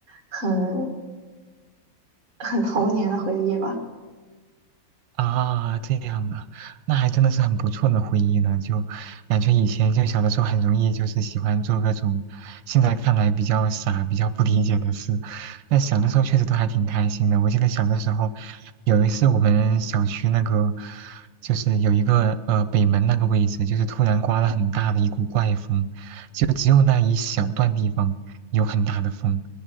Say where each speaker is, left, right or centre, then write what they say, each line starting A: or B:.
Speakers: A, on the right; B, on the right.
A: 很很童年的回忆吧。
B: 啊，这样啊，那还真的是很不错的回忆呢。就感觉以前就小的时候很容易就是喜欢做各种现在看来比较傻、比较不理解的事，但小的时候确实都还挺开心的。我记得小的时候有一次我们小区那个就是有一个呃北门那个位置，就是突然刮了很大的一股怪风，就只有那一小段地方有很大的风，